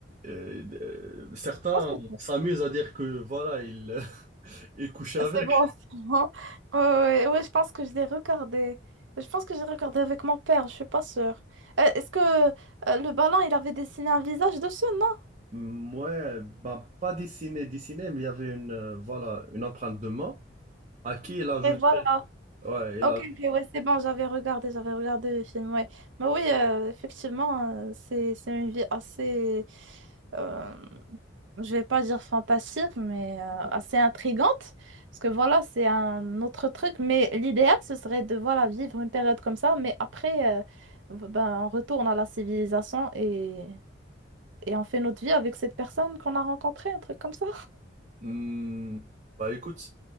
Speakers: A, on the right (about 35°); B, on the right (about 70°).
A: euh, euh, certains
B: Je pense que c'est
A: s'amusent à dire que voilà, il, <laughs> il couchait avec.
B: c'est bon. c'est bon. Oui, oui, oui, je pense que je l'ai regardé. Je pense que j'ai regardé avec mon père, je suis pas sûre. Euh, Est-ce que euh, le ballon, il avait dessiné un visage dessus, non?
A: Mm, Ouais, bah, pas dessiné, dessiné, mais il y avait une, euh, voilà, une empreinte de main à qui il a jeté.
B: Mais voilà.
A: Ouais, il
B: Ok,
A: a.
B: ok, ouais, c'est bon, j'avais regardé, j'avais regardé le film, ouais. Mais oui, euh, effectivement, euh, c'est, c'est une vie assez, euh, je vais pas dire fantastique, mais euh, assez intrigante, parce que voilà, c'est un autre truc, mais l'idéal, ce serait de, voilà, vivre une période comme ça, mais après, euh, v- ben, on retourne à la civilisation et, et on fait notre vie avec cette personne qu'on a rencontrée, un truc comme ça.
A: Mm, bah écoute,